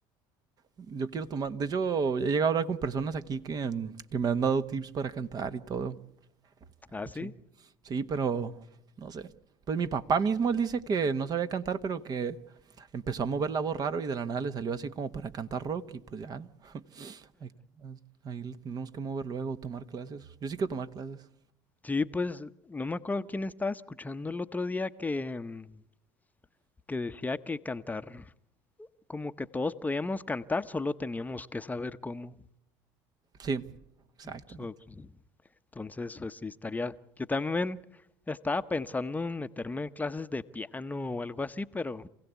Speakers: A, on the right; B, on the left.
A: Yo quiero tomar. De hecho, he llegado a hablar con personas aquí que, mm, que me han dado tips para cantar y todo. Está
B: ¿Ah, sí?
A: chido. Sí, pero no sé. Pues mi papá mismo, él dice que no sabía cantar, pero que empezó a mover la voz raro y de la nada le salió así como para cantar rock y pues ya. Ahí, ahí le tenemos que mover luego, tomar clases. Yo sí quiero tomar clases.
B: Sí, pues no me acuerdo quién estaba escuchando el otro día que, mm, que decía que cantar, como que todos podíamos cantar, solo teníamos que saber cómo.
A: Sí, exactamente.
B: So, pues, Entonces, pues sí, estaría. Yo también estaba pensando en meterme en clases de piano o algo así, pero